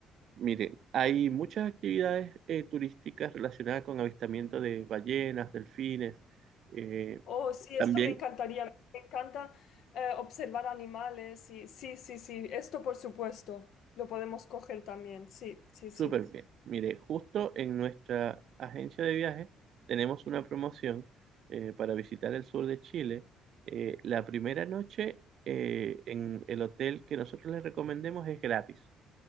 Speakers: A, on the right; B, on the left.
A: Mire, hay muchas actividades eh, turísticas relacionadas con avistamiento de ballenas, delfines, eh,
B: Oh, sí,
A: también
B: esto me encantaría. Me encanta eh, observar animales y sí, sí, sí. Esto por supuesto. Lo podemos coger también. Sí, sí, sí.
A: súper bien. Mire, justo en nuestra agencia de viajes tenemos una promoción eh, para visitar el sur de Chile. Eh, la primera noche eh, en el hotel que nosotros les recomendemos es gratis